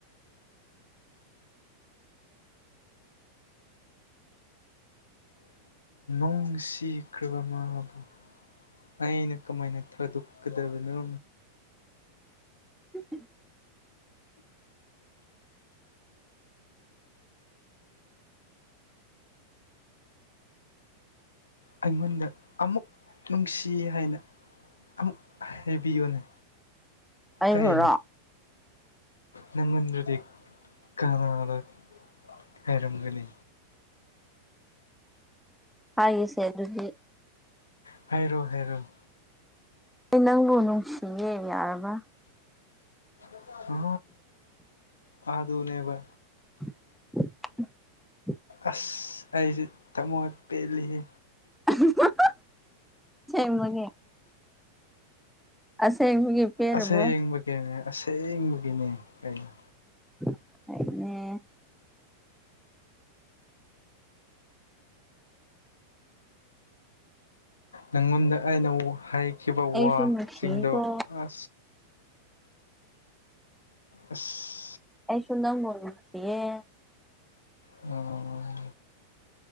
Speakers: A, on the left (about 75°); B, in the centre.
A: ꯅꯨꯡꯁꯤꯈ꯭ꯔꯕ ꯃꯥꯕꯨ ꯑꯩꯅ ꯀꯃꯥꯏꯅ ꯊꯥꯗꯣꯛꯀꯗꯕꯅꯣ
B: <unintelligible>
A: ꯑꯩꯉꯣꯟꯗ ꯑꯃꯨꯛ ꯅꯨꯡꯁꯤ ꯍꯥꯏꯅ ꯑꯃꯨꯛ ꯍꯥꯏꯕꯤꯌꯨꯅꯦ
B: ꯑꯩꯕꯨꯔꯣ
A: ꯀꯩꯅꯣ ꯅꯪꯉꯣꯟꯗꯗꯤ ꯀꯅꯥꯗ ꯍꯥꯏꯔꯝꯒꯅꯤ
B: ꯍꯥꯏꯒꯦꯁꯦ ꯑꯗꯨꯗꯤ
A: ꯍꯥꯏꯔꯣ ꯍꯥꯏꯔꯣ
B: ꯑꯩ ꯅꯪꯕꯨ ꯅꯨꯡꯁꯤꯌꯦ ꯌꯥꯔꯕ
A: <unintelligible> ꯑꯗꯨꯅꯦꯕ
B: <unintelligible>
A: ꯑꯁ ꯑꯩꯗꯤ ꯊꯥꯃꯣꯏ ꯄꯦꯜꯂꯤꯍꯦ
B: <unintelligible> ꯑꯁꯦꯡꯕꯒꯤ ꯑꯁꯦꯡꯕꯒꯤ ꯄꯦꯜꯂꯕꯣ
A: ꯑꯁꯦꯡꯕꯒꯤꯅꯦ ꯑꯁꯦꯡꯕꯒꯤꯅꯦ ꯀꯩꯅꯣ
B: ꯑꯩꯅꯦ
A: ꯅꯪꯉꯣꯟꯗ ꯑꯩꯅ ꯍꯥꯏꯈꯤꯕ
B: ꯑꯩꯁꯨ
A: ꯋꯥꯁꯤꯡꯗꯣ
B: ꯅꯨꯡꯁꯤꯀꯣ
A: ꯑꯥ ꯑꯁ
B: ꯑꯩꯁꯨ ꯅꯪꯕꯨ ꯅꯨꯡꯁꯤꯌꯦ
A: ꯑꯣ